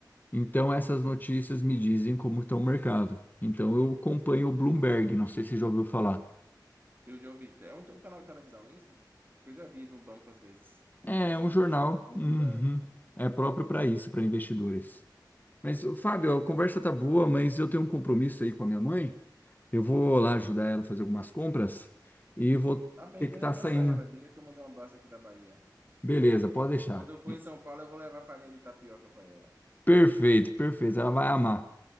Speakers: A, on the left; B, on the right.
A: Então essas notícias me dizem como está o mercado. Então eu acompanho o Bloomberg, não sei se você já ouviu falar.
B: Eu já ouvi, é um, um canal de televisão, não é isso? Que eu já vi no banco às vezes,
A: É
B: TV
A: um
B: Bloomberg.
A: jornal,
B: Bloomberg.
A: uhum, é próprio para isso, para investidores. Mas, ô, Fábio, a conversa tá boa, mas eu tenho um compromisso aí com a minha mãe. Eu vou lá ajudar ela a fazer algumas compras e vou
B: Tá bem,
A: ter que
B: dê
A: estar
B: lembrança
A: saindo.
B: a ela. Diga que eu mandei um abraço aqui da Bahia.
A: Beleza, pode deixar.
B: Quando eu for em São Paulo, eu vou levar farinha de tapioca para ela.
A: Perfeito, perfeito. Ela vai amar,